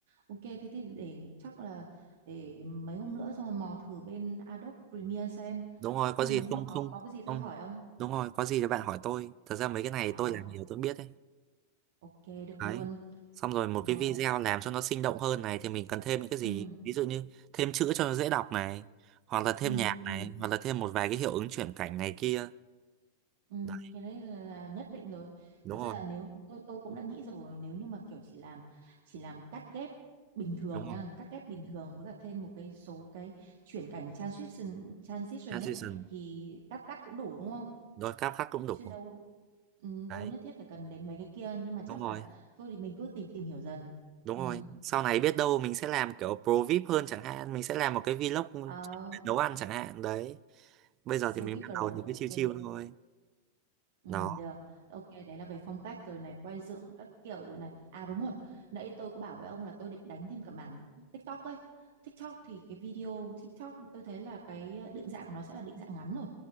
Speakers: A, on the right (about 55°); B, on the right (about 35°).
A: ok thế thì để chắc là để mấy hôm nữa xong rồi mò thử bên Adobe Premiere xem
B: đúng rồi
A: Thôi
B: có gì
A: nếu mà
B: không
A: có
B: không
A: có cái gì tôi
B: không
A: hỏi ông.
B: đúng rồi có gì thì bạn hỏi tôi thật ra mấy cái này
A: À.
B: tôi làm nhiều tôi biết đấy
A: Ok được
B: Đấy.
A: luôn
B: Xong rồi một
A: rồi
B: cái video làm cho nó sinh động hơn này thì mình cần thêm những cái gì?
A: ừ,
B: Ví dụ như thêm chữ cho nó dễ đọc này, hoặc là thêm
A: ừ,
B: nhạc
A: ừ,
B: này, hoặc là thêm một vài cái hiệu ứng chuyển cảnh này kia.
A: ừ.
B: Đấy,
A: Cái đấy là nhất định rồi
B: đúng
A: thật ra
B: rồi,
A: là nếu tôi tôi cũng đã nghĩ rồi nếu như mà kiểu chỉ làm chỉ làm cắt ghép bình thường
B: đúng rồi.
A: nha cắt ghép bình thường với cả thêm một cái số cái chuyển cảnh transition transition
B: Transition,
A: ấy thì cắt cắt cũng đủ đúng không
B: rồi cáp khắc cũng đủ.
A: chứ đâu ừ,
B: Đấy,
A: đâu nhất thiết phải cần đến mấy cái kia nhưng mà chắc
B: đúng rồi,
A: là thôi thì mình cứ tìm tìm hiểu dần
B: đúng
A: ừ.
B: rồi. Sau này biết đâu mình sẽ làm kiểu pro VIP hơn chẳng hạn, mình sẽ làm một cái vlog
A: Ờ,
B: nấu ăn chẳng hạn. Đấy, bây giờ
A: siêu
B: thì mình
A: VIP
B: bắt
A: Pro
B: đầu thì cứ
A: ok
B: chill chill thôi.
A: Ừ,
B: nó
A: được. Ok, đấy là về phong cách rồi này, quay dựng các kiểu rồi này. À đúng rồi, nãy tôi có bảo với ông là tôi định đánh thêm cả mảng TikTok ấy. TikTok thì cái video TikTok tôi thấy là cái ờ, định dạng của nó sẽ là định dạng ngắn rồi.